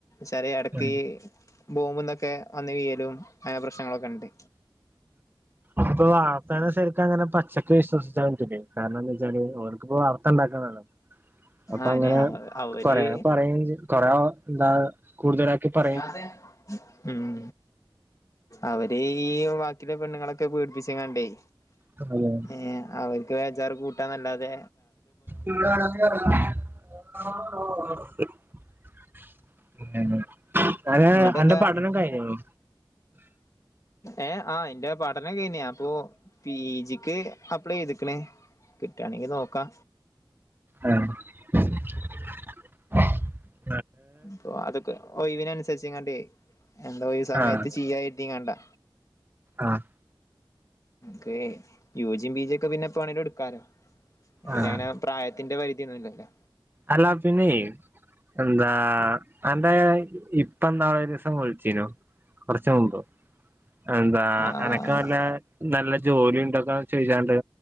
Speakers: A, on the left (about 40°); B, on the right (about 25°).
A: ചാല് എടക്ക്
B: ഉം
A: ബോംബും തൊക്കെ വന്ന് വീയലും അങ്ങനെ പ്രശ്നങ്ങളൊക്കെണ്ട്
B: അത് വാപ്പനെ ശെ ഇക്ക അങ്ങനെ പച്ചക്ക് വിശ്വസിച്ചാൻ പറ്റൂലൈകാരണം എന്തെച്ചാല് അവർക്ക്പ്പോ വാർത്തണ്ടാക്കണല്ലോ അപ്പൊ
A: ആനെ
B: അങ്ങനെ
A: അവര്
B: കൊറേ പറയും ജീതു കൊറെ ഓൻഎന്താണ് കൂട്തലാക്കി പ
A: ഞാന് ഉം അവര് ഈ വാക്കി കിള്ള പെണ്ണ്ങ്ങളൊക്കെ പേടിപ്പിച്ങ്ങാണ്ടൈ
B: തിന്ന്അല്ലേ
A: ഏഹ് അവർക്ക് വേജാറ് കൂട്ടാനെല്ലാതെ
B: ഇവടെ വേണം നീ പറഞ്ഞ്ക്ക്ണോ <unintelligible> പിന്നല്ല ഏഹ്
A: എന്നിട്ടെന്താ
B: അന്റെ പഠനം കയിഞ്ഞ്ക്ക്ണോ
A: ഏഹ് ആഹ് എന്റെ പഠനം കെയ്ഞ്ഞ് അപ്പൊ പി ജി ക്ക് അപ്ലൈത്ക്ക്ണ് കിട്ടാണെങ്കി നോക്കാ
B: ആഹ് <unintelligible>
A: അപ്പൊ അതൊക്കെ ഔവിനൻസരിച്ച്ങ്ങാണ്ടേ എന്താ ഈ സമയത്ത്
B: ആഹ്
A: ചെയ്യാ കെര്തിങ്ങാണ്ടാ
B: ആഹ്
A: ക്ക് യൂജിം പിജിയൊക്കെ പിന്നെപ്പാെ വേണങ്കിലും ഇട്ക്കാലോ ഇങ്ങനെ
B: ആഹ്
A: പ്രായത്തിന്റെ പരിധിയൊന്നും ഇല്ലെല്ലേ
B: അല്ലാ പിന്നെ എന്താ അന്റെ ഇപ് ഇപ്പ ഇന്നാൾ ഒരീസം വിളിച്ചീനു കാെറച്ച് മുമ്പ് എന്താ
A: ആ
B: അനക്ക് നല്ലേ നല്ല ജോലിം ഇതൊക്കെ ചെയ്യാണ്ട്